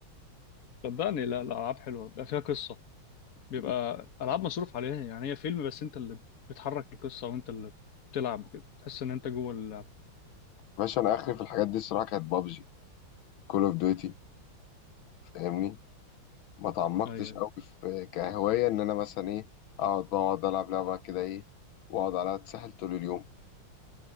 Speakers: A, on the left; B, on the left.
A: صدقني لا الالعاب حلوه بيبقى فيها قصه بيبقى
B: م.
A: العاب مصروف عليها يعني هي فيلم بس انت اللي بتحرك القصه وانت اللي بتلعب وكده تحس ان انت جوه اللعب
B: باشا انا اخري في الحاجات دي الصراحه كانت بابجي كول اوف ديوتي فاهمني ما تعمقتش
A: ايوه ايوه
B: قوي في كهوايه ان انا مثلا ايه اقعد بقعد العب لعبه كده ايه واقعد عليها اتسحل طول اليوم